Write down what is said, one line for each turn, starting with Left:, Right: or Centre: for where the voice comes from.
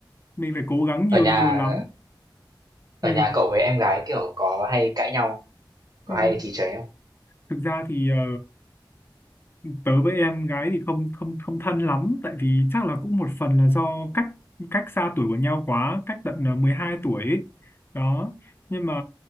Left: mình phải cố gắng nhiều
Right: Ở nhà
Left: nhiều lắm
Right: ở
Left: ừ,
Right: nhà cậu với em gái, kiểu, có hay cãi nhau, có
Left: ừ.
Right: hay trì tróe không?
Left: thực ra thì ờ, tớ với em gái thì không không không thân lắm tại vì chắc là cũng một phần là do cách cách xa tuổi của nhau quá cách tận à, 12 tuổi ấy. đó nhưng mà